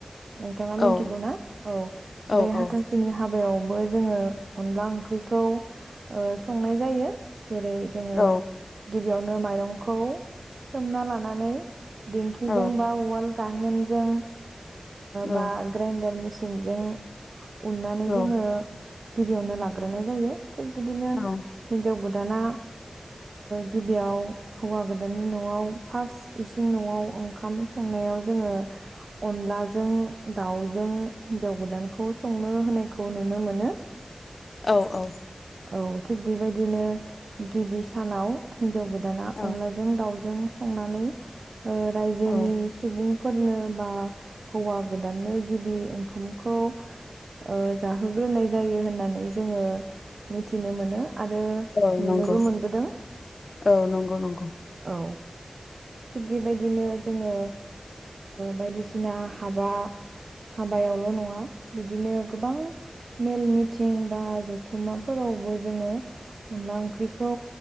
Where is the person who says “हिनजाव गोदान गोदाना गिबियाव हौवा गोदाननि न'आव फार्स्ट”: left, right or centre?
Right